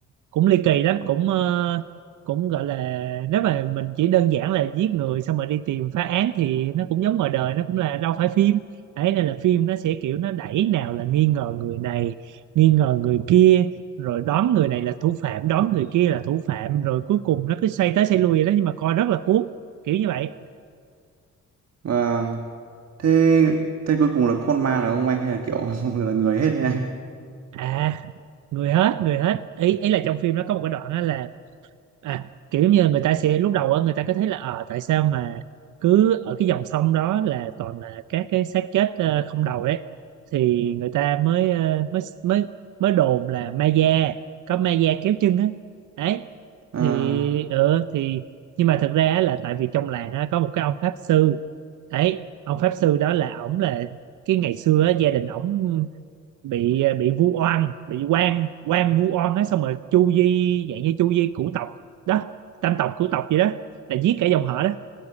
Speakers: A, on the right (about 80°); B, on the right (about 60°).
A: cũng ly kỳ lắm cũng ờ, cũng gọi là nếu mà mình chỉ đơn giản là giết người xong rồi đi tìm phá án thì nó cũng giống ngoài đời nó cũng là đâu phải phim ấy nên là phim nó sẽ kiểu nó đẩy nào là nghi ngờ người này nghi ngờ người kia rồi đoán người này là thủ phạm đoán người kia là thủ phạm rồi cuối cùng nó cứ xoay tới xoay lui vậy đó nhưng mà coi rất là cuốn kiểu như vậy
B: Vâng thế thế cuối cùng là con ma là ông anh hay là kiểu <laughs> là người hết đấy anh
A: à người hết người hết ý ý là trong phim nó có một cái đoạn á là à kiểu giống như người ta sẽ lúc đầu á, người ta có thấy là ờ tại sao mà cứ ở cái dòng sông đó là toàn là các cái xác chết ờ, không đầu đấy thì người ta mới ờ, mới mới mới đồn là ma da có ma da kéo chân á đấy
B: à,
A: thì ừ thì nhưng mà thực ra á là tại vì trong làng á, có một cái ông pháp sư đấy ông pháp sư đó là ổng là cái ngày xưa á, gia đình ổng bị ờ, bị vu oan bị quan quan vu oan á xong rồi chu di dạng như chu di cửu tộc đó tam tộc cửu tộc gì đó là giết cả dòng họ